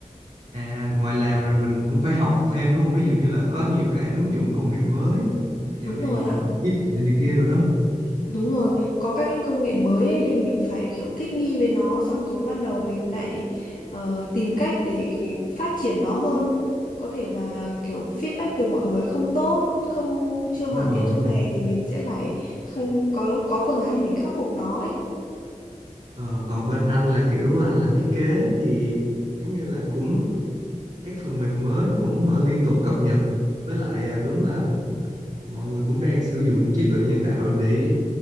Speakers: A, on the right; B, on the left.
A: à ngoài làm rồi mình cũng phải học thêm đúng không ví dụ như là có nhiều cái ứng dụng công nghệ mới dạo
B: Đúng
A: này
B: rồi
A: ờ,
B: ạ.
A: trí tuệ này kia rồi đó
B: Đúng rồi, có các cái công nghệ mới ấy, nên mình phải kiểu thích nghi với nó xong rồi bắt đầu mình lại ờ, tìm cách để phát triển nó hơn. Có thể là kiểu feedback từ mọi người không tốt, không chưa hoàn
A: đúng rồi
B: thiện chỗ
A: đúng
B: này
A: rồi
B: thì mình sẽ phải không, có có phương án để mình khắc phục nó ấy.
A: Ờ, còn bên anh là kiểu anh làm thiết kế thì giống như là cũng các phần mềm mới cũng ờ, liên tục cập nhật với lại à, đúng là mọi người cũng đang sử dụng trí tuệ nhân tạo để